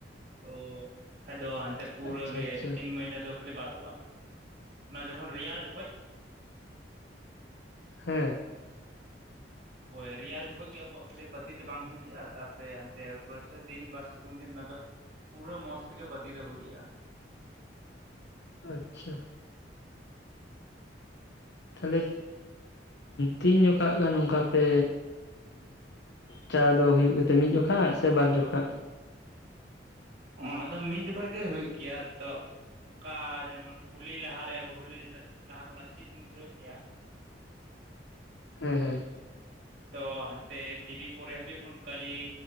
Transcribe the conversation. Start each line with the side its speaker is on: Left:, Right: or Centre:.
Right: ᱛᱚ ᱠᱷᱟᱡ ᱫᱚ ᱦᱟᱱᱛᱮ ᱯᱩᱨᱟᱹ
Left: ᱟᱪᱪᱷᱟ
Right: ᱜᱮ
Left: ᱟᱪᱪᱷᱟ
Right: ᱛᱤᱱ ᱢᱟᱹᱭᱱᱟᱹ ᱫᱚ ᱠᱷᱟᱹᱞᱤ ᱵᱟᱫᱚᱜ-ᱟ ᱚᱱᱟ ᱡᱚᱠᱷᱚᱱ ᱨᱮᱭᱟᱲ ᱡᱚᱠᱷᱚᱡ᱾
Left: ᱦᱮᱸ,
Right: ᱦᱳᱭ ᱨᱮᱭᱟᱲ ᱡᱚᱠᱷᱚᱡ ᱜᱮ ᱟᱵᱚᱣᱟᱜ ᱠᱷᱟᱹᱞᱤ ᱯᱟᱹᱛᱤ ᱫᱚ ᱵᱟᱝ ᱦᱩᱭᱩᱜ-ᱟ᱾ ᱛᱟᱨᱯᱚᱨᱮ ᱦᱟᱱᱛᱮ ᱵᱟᱹᱨᱥᱟᱹ ᱫᱤᱱ ᱵᱟ ᱥᱤᱛᱩᱝ ᱫᱤᱱ ᱚᱱᱟ ᱫᱚ ᱯᱩᱨᱟᱹ ᱢᱚᱸᱡᱽ ᱛᱮᱜᱮ ᱯᱟᱹᱛᱤ ᱫᱚ ᱦᱩᱭᱜ-ᱟ᱾
Left: <unintelligible> ᱟᱪᱪᱷᱟ᱾ ᱛᱟᱦᱞᱮ ᱛᱤᱱ ᱡᱚᱠᱷᱟᱜ ᱜᱟᱱ ᱚᱱᱠᱟ ᱯᱮ ᱪᱟ ᱫᱚ ᱦᱩᱭᱩᱜ ᱜᱮᱛᱮ ᱢᱤᱫ ᱡᱚᱠᱷᱟ ᱥᱮ ᱵᱟᱨ ᱡᱚᱠᱷᱟ?
Right: ᱚᱱᱟ ᱫᱚ ᱢᱤᱫ ᱡᱚᱠᱷᱚᱟ ᱜᱮ ᱦᱩᱭᱩᱜ ᱜᱮᱭᱟ ᱛᱚ, ᱚᱱᱠᱟ ᱡᱮᱢᱚᱱ ᱦᱳᱞᱤ ᱞᱟᱦᱟᱨᱮ ᱟᱵᱚ ᱦᱳᱞᱤ ᱞᱟᱦᱟ ᱠᱷᱚᱱᱟᱜ ᱥᱤᱫ ᱵᱚᱱ ᱫᱷᱩᱨᱟᱹᱣ ᱠᱮᱭᱟ,
Left: ᱦᱮᱸ ᱦᱮᱸ
Right: ᱛᱚ ᱦᱟᱱᱛᱮ ᱫᱮᱵᱤ ᱯᱚᱨᱮ ᱦᱟᱹᱵᱤᱡ ᱵᱚᱱ ᱠᱷᱞᱤᱼᱼ